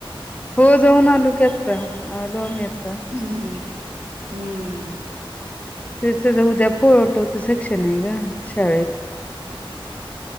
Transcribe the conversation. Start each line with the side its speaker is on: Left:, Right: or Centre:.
Left: हो जाऊन आलो की आत्ता आलो आम्ही आत्ता
Right: हम्म हम्म हम्म
Left: ते त्याच उद्या फोर टू चं शिक्षण आहे ग शाळेत
Right: ह